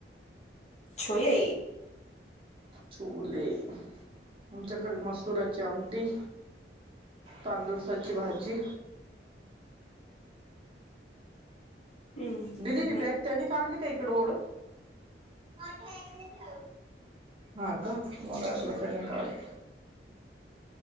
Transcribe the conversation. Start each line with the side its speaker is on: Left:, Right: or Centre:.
Left: छोले
Right: छोले आमच्याकडे मसुराची आमटी तांदूळ साची भाजी
Left: हम्म
Right: दिदी
Left: नाही
Right: बॅग त्यांनी काढली का इकडे ओढत मठय क ऊ हा का मला वाटल त्यांनी काढली